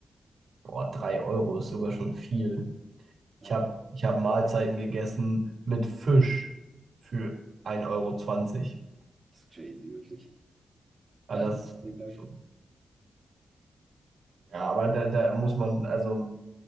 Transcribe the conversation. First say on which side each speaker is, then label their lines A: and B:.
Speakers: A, on the right; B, on the right.
A: boah, 3 Euro ist sogar schon viel.
B: Ja,
A: Ich habe ich hab Mahlzeiten gegessen mit Fisch für ein Euro. zwanzig
B: das ist crazy, wirklich.
A: Ah,
B: Ja,
A: das
B: das ist lecker.
A: schon. Ja, aber da, da muss man, also